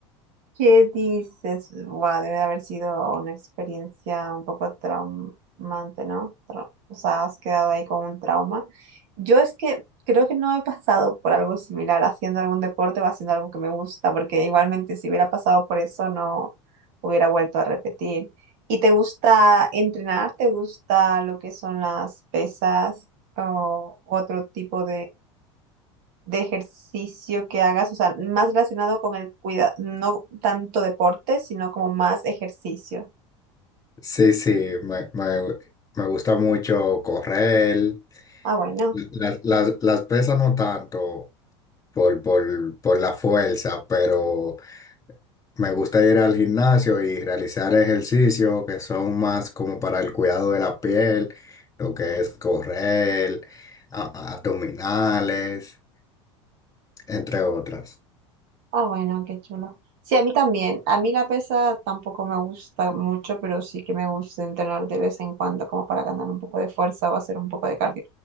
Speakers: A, on the right; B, on the left.
A: ¿Qué dices? Wow, debe de haber sido una experiencia un poco traumante, ¿no? Tra- o sea, has quedado ahí con un trauma. Yo es que creo que no he pasado por algo similar haciendo algún deporte o haciendo algo que me gusta, porque igualmente si hubiera pasado por eso no hubiera vuelto a repetir. ¿Y te gusta entrenar? ¿Te gusta lo que son las pesas o otro tipo de ejercicio que hagas, o sea, más relacionado con el cuidado, no tanto deporte, sino como más ejercicio.
B: Sí, sí, me, me- me gusta mucho correr.
A: Ah, bueno,
B: Las, las, las pesas no tanto por, por, por la fuerza, pero... Me gusta ir al gimnasio y realizar ejercicios que son más como para el cuidado de la piel, lo que es correr, a- a- abdominales, entre otras.
A: ah, bueno, qué chulo. Sí, a mí también. A mí la pesa tampoco me gusta mucho, pero sí que me gusta entrenar de vez en cuando como para ganar un poco de fuerza o hacer un poco de cardio.